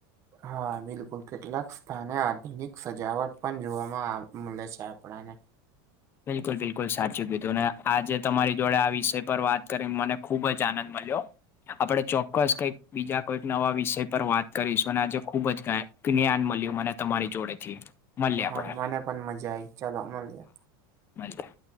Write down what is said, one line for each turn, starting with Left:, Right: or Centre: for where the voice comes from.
Right: હા બિલકુલ કેટલાક સ્થાને આધુનિક સજાવટ પણ જોવામાં મળે છે આપણને
Left: બિલકુલ બિલકુલ સાચું કીધું ને આજે તમારી જોડે આ વિષય પર વાત કરીને મને ખુબ જ આનંદ મળ્યો આપણે ચોક્કસ કંઈક બીજા કોઈક નવા વિષય પર વાત કરીશું અને આજે ખુબ જ કાઈ જ્ઞાન મળ્યું મને તમારી જોડેથી મળીએ
Right: હા
Left: આપણે
Right: મને પણ મજા આઈ ચાલો મળીએ
Left: મળીએ